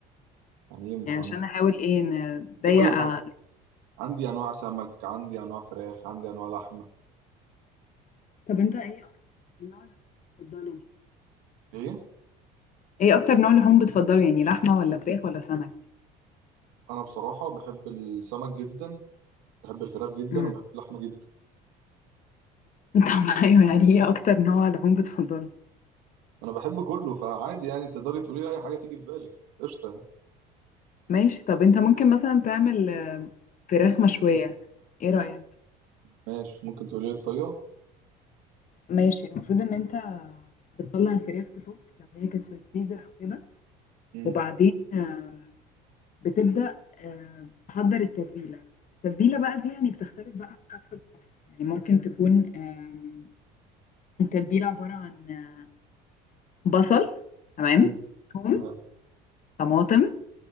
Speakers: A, on the right; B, on the left.
A: يعني إيه مكونات
B: يعني عشان احاول ايه نضيق
A: دي كل
B: ع-
A: حاجة عندي أنواع سمك عندي أنواع فراخ عندي أنواع لحمة
B: طب انت ايه اكتر النوع اللي بتفضله
A: هي
B: ايه اكتر نوع لحوم بتفضله يعني لحمة ولا فراخ ولا سمك
A: أنا بصراحة بحب السمك جدا بحب الفراخ جدا
B: امم
A: وبحب اللحمة جدا
B: <laughs> طب ايوه يعني ايه اكتر نوع لحوم بتفضله
A: أنا بحب كله فعادي يعني تقدري تقولي لي أي حاجة تيجي في بالك قشطة يعني.
B: ماشي طب انت ممكن مثلا تعمل آه، فراخ مشوية ايه رأيك
A: ماشي ممكن تقولي لي الطريقة؟
B: ماشي المفروض ان انت بتطلع الفراخ تفك لو هي كانت في الفريزر او كده
A: مم.
B: وبعدين آه، بتبدأ آه، تحضر التتبيلة التتبيلة بقى دي يعني بتختلف بقى من شخص لشخص يعني ممكن تكون آم، التتبيلة عبارة عن آه، بصل تمام
A: مم.
B: ثوم
A: تمام
B: طماطم